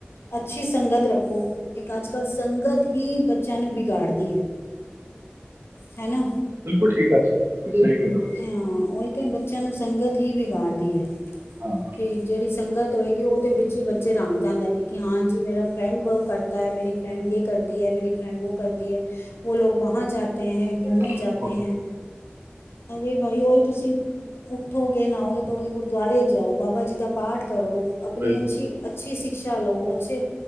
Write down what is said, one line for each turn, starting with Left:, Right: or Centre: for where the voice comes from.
Left: ਅੱਛੀ ਸੰਗਤ ਰੱਖੋ, ਇੱਕ ਅੱਜ-ਕੱਲ ਸੰਗਤ ਹੀ ਬੱਚਿਆਂ ਨੂੰ ਵਿਗਾੜਦੀ ਐ। ਹੈਨਾ।
Right: ਬਿਲਕੁਲ ਠੀਕ ਆ, ਸਹੀ ਕਿਆ।
Left: ਹਾਂ ਉਹੀ ਤੇ ਬੱਚਿਆਂ ਨੂੰ ਸੰਗਤ ਹੀ ਵਿਗਾੜਦੀ ਏ
Right: <unintelligible>
Left: ਕਿ ਜਿਹੜੀ ਸੰਗਤ ਹੋਏਗੀ ਉਹਦੇ ਵਿੱਚ ਹੀ ਬੱਚੇ ਰੰਘ ਜਾਂਦੇ ਨੇ ਕਿ ਹਾਂਜੀ ਮੇਰਾ ਫਰੈਂਡ ਵੋ ਕਰਤਾ ਹੈ ਮੇਰੀ ਫਰੈਂਡ ਯੇ ਕਰਤੀ ਹੈ ਮੇਰੀ ਫਰੈਂਡ ਵੌ ਕਰਤੀ ਹੈ ਵੌ ਲੋਕ ਵਾਂਹਾ ਜਾਤੇ ਹੈ
Right: ਬਿਲਕੁਲ
Left: ਘੁੰਮਨੇ ਜਾਤੇ ਹੈ। ਅਰੇ ਭਾਈ ਓਏ ਤੁਸੀਂ ਉਠੋਗੇ ਨਾਓਗੇ ਧੋ ਗੇ ਗੁਰਦੁਆਰੇ ਜਾਓ ਬਾਬਾ ਜੀ ਦਾ ਪਾਠ ਕਰੋ ਆਪਨੀ
Right: ਬਿਲਕੁਲ
Left: ਅੱਛੀ ਅੱਛੀ ਸਿਕਸ਼ਾ ਲੌ ਅੱਛੇ‌